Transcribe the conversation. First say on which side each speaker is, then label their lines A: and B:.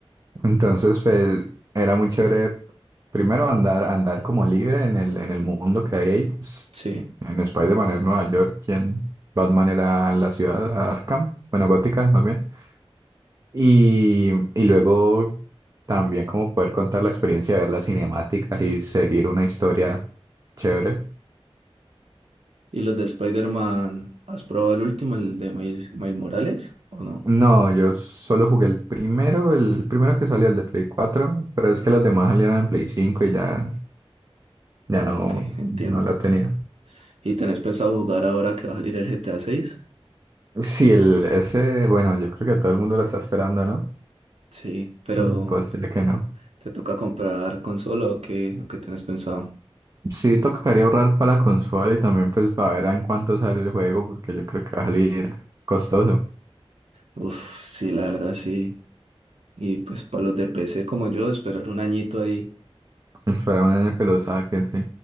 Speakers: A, on the right; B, on the right.
A: Entonces, pues, era muy chévere, primero andar, andar como libre en el, en el mundo que hay ahí, pues,
B: Sí.
A: en Spider-Man era Nueva York, y en Batman era la ciudad Arkham, bueno, Gótica, más bien. Y, y luego también como poder contar la experiencia de ver las cinemáticas y seguir una historia chévere.
B: ¿Y los de Spider-Man, has probado el último, el de Miles, Miles Morales o no?
A: No, yo solo jugué el primero, el primero que salió, el de Play cuatro pero es que los demás salieron en Play 5 y ya, ya
B: Ah,
A: no,
B: ok, entiendo,
A: no la
B: entiendo.
A: tenía.
B: ¿Y tenés pensado jugar ahora que va a salir el GTA 6?
A: Sí, el, ese, bueno, yo creo que todo el mundo lo está esperando, ¿no?
B: Sí, pero
A: Imposible
B: pero
A: que no.
B: ¿te toca comprar consola o qué, o qué tenés pensado?
A: Sí, tocaría ahorrar para la consola y también pues para ver en cuánto sale el juego, porque yo creo que va a salir costoso.
B: Uf, sí, la verdad sí. Y pues para los de PC como yo, esperar un añito ahí.
A: Esperar un año que lo saquen, sí.